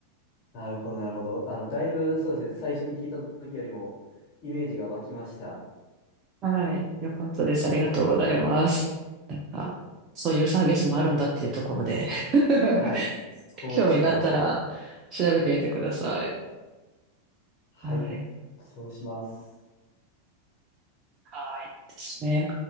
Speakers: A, on the left; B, on the right.
A: なるほど、なるほど。あの、だいぶ、そうですね。最初に聞いた時よりも、イメージが湧きました。
B: はい。よかったです。ありがとうございます。なんか、そういうサービスもあるんだっていうところで <laughs>
A: はい。コーチか。
B: 興味があったら、調べてみてください。
A: はい、
B: はい。
A: そうします。
B: はい。ですね。